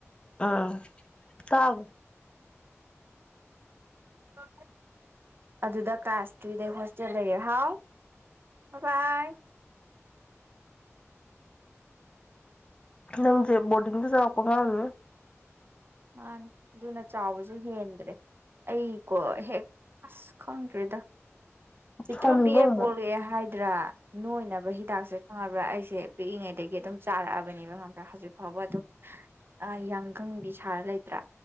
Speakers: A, on the left; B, on the right.
A: ꯑꯥ ꯀꯥꯕ
B: <unintelligible> ꯑꯗꯨꯗ ꯀ꯭ꯂꯥꯁ ꯊ꯭ꯔꯤꯗꯩ ꯍꯣꯁꯇꯦꯜ ꯂꯩꯔꯦ ꯍꯥꯎ ꯕꯥ ꯕꯥꯏ
A: ꯅ ꯪꯖꯦ ꯕꯣꯔꯗꯤꯡꯗ ꯆꯥꯎꯔꯛꯄ ꯑꯉꯥꯡꯅꯤꯅꯦ
B: ꯃꯥꯅꯤ ꯑꯗꯨꯅ ꯆꯥꯎꯕꯖꯨ ꯍꯦꯟꯗ꯭ꯔꯦ ꯑꯩꯀꯣ ꯍꯦꯛ ꯑꯁ ꯈꯪꯗ꯭ꯔꯤꯗ ꯄꯤꯇ꯭ꯔꯨ
A: ꯁꯥꯎꯅꯤꯡꯕ
B: ꯄꯤꯑꯦ
A: ꯑꯃꯨꯛ
B: ꯄꯣꯔꯑꯦ ꯍꯥꯏ ꯗ꯭ꯔꯥ ꯅꯣꯏꯅꯕ ꯍꯤꯗꯥꯛꯁꯦ ꯈꯪꯉꯕ꯭ꯔꯥ ꯑꯩ ꯑꯩꯁꯦ ꯄꯤꯛꯏꯉꯩꯗꯒꯤ ꯑꯗꯨꯝ ꯆꯥꯔꯛꯑꯕꯅꯦꯕ ꯈꯪꯕ꯭ꯔꯥ ꯍꯧꯖꯤꯛ ꯐꯥꯎꯕ ꯑꯗꯨꯝ ꯌꯥꯡꯀꯪꯕꯤ ꯁꯥꯔ ꯂꯩꯇ꯭ꯔꯥ